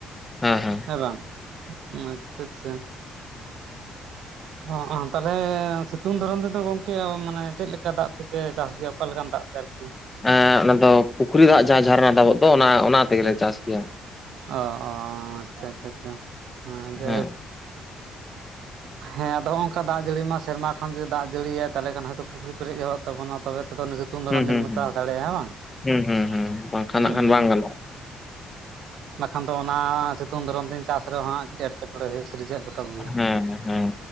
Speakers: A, on the left; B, on the right.
A: ᱦᱮᱸ ᱦᱮᱸ ᱾
B: ᱦᱮᱸ ᱵᱟᱝ, ᱟᱪᱪᱷᱟ ᱟᱪᱪᱷᱟ ᱚ ᱚ ᱛᱟᱦᱚᱞᱮ ᱥᱤᱛᱩᱝ ᱫᱷᱚᱨᱚᱱ ᱨᱮᱫᱚ ᱜᱚᱝᱠ ᱠᱮ ᱢᱟᱱᱮ ᱪᱮᱫ ᱞᱮᱠᱟ ᱫᱟᱜ ᱛᱮᱯᱮ ᱪᱟᱥ ᱜᱮᱭᱟ ᱚᱠᱟᱞ ᱞᱮᱠᱟᱱ ᱫᱟᱜ ᱛᱮ ᱟᱨᱠᱤ?
A: ᱮᱸ ᱚᱱᱟ ᱫᱚ ᱯᱩᱠᱷᱨᱤ ᱫᱟᱜ ᱡᱟᱦᱟᱸ ᱡᱷᱟᱨᱱᱟ ᱫᱟᱵᱚᱜ ᱫᱚ ᱚᱱᱟ ᱛᱮᱜᱮᱞᱮ ᱪᱟᱥ ᱜᱮᱭᱟ᱾
B: ᱚ ᱚ ᱟᱪᱪᱷᱟ ᱟᱪᱪᱷᱟ ᱟᱪᱪᱷᱟ ᱡᱟᱭᱦᱳᱠ᱾
A: ᱦᱮᱸ
B: ᱦᱮᱸ ᱟᱫᱚ ᱦᱚᱜ-ᱚᱱᱚᱠᱟ ᱫᱟᱜ ᱡᱟᱹᱲᱤ ᱢᱟ ᱥᱮᱨᱢᱟ ᱠᱷᱚᱱ ᱡᱩᱫᱤ ᱫᱟᱜ ᱡᱟᱹᱲᱤᱭᱟᱭ ᱛᱟᱦᱚᱞ ᱠᱷᱟᱱ ᱦᱚᱭᱛᱳ ᱯᱩᱠᱷᱨᱤ ᱯᱮᱨᱮᱡᱚᱨᱚᱜ ᱛᱟᱵᱚᱱᱟ ᱛᱚᱵᱮ ᱛᱮ ᱫᱚ ᱱᱤ ᱛᱳᱝ ᱫᱷᱚᱨᱚᱱ
A: ᱦᱩᱸ ᱦᱩᱸ
B: ᱫᱤᱱ ᱵᱚᱱ
A: ᱦᱩᱸ
B: ᱪᱟᱥ ᱫᱟᱲᱮᱭᱟᱜᱼᱟ ᱵᱟᱝ?
A: ᱦᱩᱸ ᱦᱩᱸ ᱦᱩᱸ ᱵᱟᱝᱠᱷᱟᱱ
B: ᱦᱩᱸ᱾
A: ᱱᱟᱜ ᱠᱷᱟᱱ ᱵᱟᱝ ᱜᱟᱱᱚᱜᱼᱟ
B: ᱵᱟᱠᱷᱟᱱ ᱫᱚ ᱚᱱᱟ ᱥᱤᱛᱳᱝ ᱫᱷᱚᱨᱚᱱ ᱫᱤᱱ ᱪᱟᱥ ᱨᱮᱦᱚᱸᱜ ᱠᱟᱹᱴᱤᱡ ᱮᱴᱠᱮᱴᱚᱬᱮ ᱦᱩᱭᱩᱜ ᱥᱤᱨᱡᱟᱹᱜ ᱜᱚᱫᱚᱜ ᱜᱮᱭᱟ
A: ᱦᱮᱸ ᱦᱮᱸ